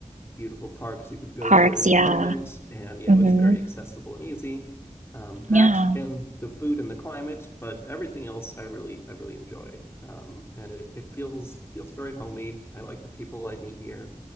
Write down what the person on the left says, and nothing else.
beautiful parks you could go
to at any
moment. And yeah,
it was very accessible and easy. Um, that
and the food and the climate, but everything else I really I really enjoy. Um, and it it feels feels very homey. I like the people I meet here,